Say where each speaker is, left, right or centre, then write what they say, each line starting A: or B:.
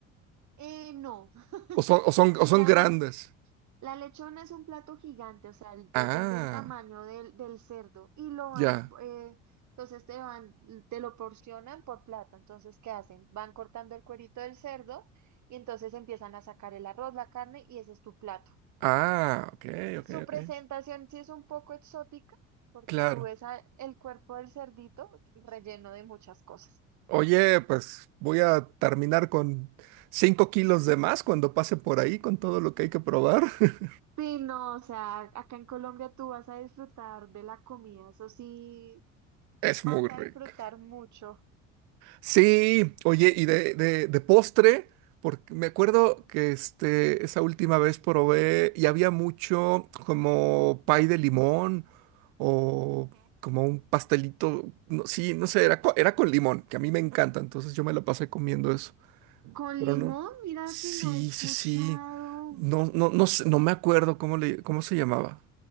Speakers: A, on the right; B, on the right.
A: Eh, no, <laughs>
B: O son, o son,
A: digamos,
B: o son grandes.
A: La lechona es un plato gigante, o sea, el- depende
B: Ah,
A: del tamaño del, del cerdo y lo van,
B: ya.
A: eh, entonces te van, te lo porcionan por plato. Entonces, ¿qué hacen? Van cortando el cuerito del cerdo y entonces empiezan a sacar el arroz, la carne y ese es tu plato.
B: Ah, ok,
A: Y
B: ok,
A: Su presentación
B: ok.
A: sí es un poco exótica porque
B: Claro.
A: tú ves a- el cuerpo del cerdito relleno de muchas cosas.
B: Oye, pues voy a terminar con 5 kilos de más cuando pase por ahí con todo lo que hay que probar. <laughs>
A: Sí, no, o sea, acá en Colombia tú vas a disfrutar de la comida, eso sí,
B: Es muy
A: vas
B: rico.
A: a disfrutar mucho.
B: Sí, oye, y de, de, de postre, porque me acuerdo que este, esa última vez probé y había mucho como pay de limón o como un pastelito, no, sí, no sé, era, co- era con limón, que a mí me encanta, entonces yo me la pasé comiendo eso,
A: Con
B: pero
A: limón,
B: no,
A: mira
B: sí,
A: que no he escuchado.
B: sí, sí, no, no, no sé, no me acuerdo cómo le, cómo se llamaba,